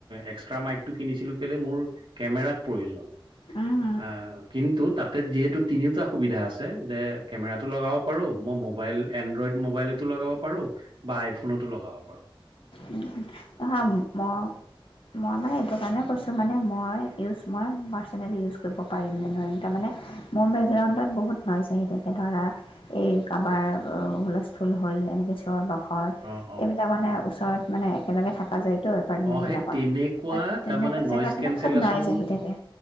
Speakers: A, on the right; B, on the left.
A: এক্সট্ৰা মাইক টো কিনিছিলোঁ কেলে মোৰ কেমেৰাত প্ৰয়োজন।
B: অঁ
A: আহ কিন্তু তাতে যিহেতু তিনিওটা সুবিধা আছে। তাতে যে কেমেৰাটো লগাব পাৰোঁ। মই মোবাইল এনড্ৰইড মোবাইলতো লগাব পাৰোঁ বা আইফোনতো লগাব পাৰোঁ।
B: উম, অহ, মই মই মানে এইটো কাৰণে কৈছোঁ মানে মই ইউজ মই পাছ চেনেলি ইউজ কৰিব পাৰিম নে নোৱাৰিম তাৰমানে মোৰ বেকগ্ৰাউণ্ডত বহুত ন'ইচ আহি থাকে ধৰা এই কাবাৰ অ', হুলস্থুল হ'ল এনেকে চিঞৰ বাখ খৰ এইবিলাক
A: অ', অ',
B: মানে ওচৰত মানে একেলগে থকা যায় টো এপাৰ্টমেন্টবিলাকত
A: অ', সেই তেনেকুৱা
B: তাত
A: তাৰমানে
B: তেনেকুৱা
A: নইজ
B: জেগাত
A: কেনচেলেচন
B: মানে খুব ন'ইজ আহি থাকে।